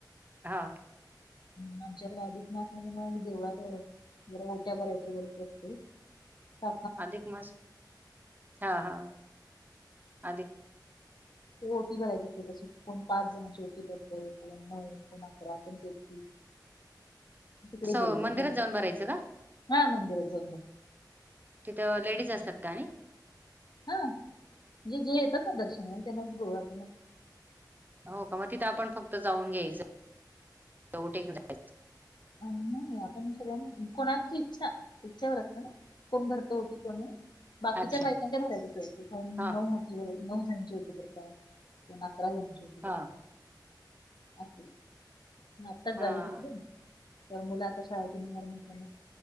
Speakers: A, on the right; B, on the left.
A: हा
B: ह आमच्याकडे अधिक मासना देवळात ओट्या भरायच्या वैरत असते. <unintelligible> ते
A: अधिक मास हा हा अधिक
B: ओटी भरायच असते तस कोण पाच जणांची ओटी भरतय कोण नऊ कोण अकरा कोण तेहतीस.
A: <inaudible>
B: तिकडे
A: असं
B: गेलेली
A: मंदिरात जाऊन भरायचं का
B: हा मंदिरात जाऊन
A: तिथं लेडीज
B: हम्म.
A: असतात का आणि?
B: हा म्हणजे जे येतात ना दर्शना त्यांनाच गोळा करून
A: हो का मग तिथं
B: असं
A: आपण फक्त जाऊन यायचं ओटी घेऊन जायच. <inaudible>
B: नाय नाय आपण सगळ्यांना कोणाची इच्छा इच्छेवर असत ना! कोण भरत ओटी कोण नहीं? बाकीच्या
A: अच्छा
B: बायकांच्या भरायच्या कोन
A: हा
B: नऊ ओटी नऊ जनींची ओटी भरतात. अकरा जणांची ओटी भरतात
A: हा
B: अस आताच
A: हा
B: तर मुलं आता शाळेतून येणार म्हटलं